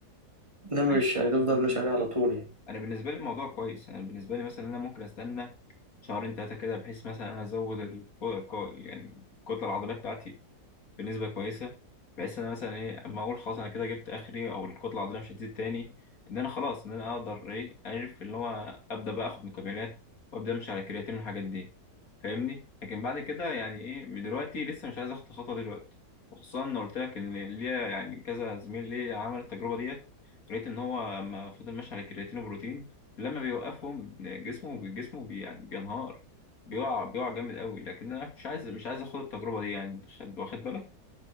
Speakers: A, on the right (about 15°); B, on the left (about 55°).
A: انما
B: ماشي
A: مش
B: آه،
A: هتفضل
B: أنا
A: ماشي
B: بالنسبة
A: عليه على
B: لي
A: طول يعني
B: أنا بالنسبة لي الموضوع كويس أنا بالنسبة لي مثلا أنا ممكن أستنى شهرين تلاتة كده بحيث مثلا أنا أزود الكو... كو... يعني الكتلة العضلية بتاعتي بنسبة كويسة بحيث إن أنا مثلا إيه أما أقول خلاص أنا كده جبت آخري أو الكتلة العضلية مش هتزيد تاني إن أنا خلاص إن أنا أقدر إيه أعرف إن هو أبدأ بقى آخد مكملات وأبدأ أمشي على الكرياتين والحاجات دي فاهمني لكن بعد كده يعني إيه من دلوقتي لسه مش عايز آخد الخطوة دلوقتي وخصوصا إن قلت لك إن ليا يعني كذا زميل ليا عمل التجربة ديت لقيت إن هو لما فضل ماشي على الكرياتين وبروتين لما بيوقفهم جسمه جسمه بي يعني بينهار بيقع بيقع جامد قوي لكن انا مش عايز مش عايز اخد التجربه دي يعني أنت واخد بالك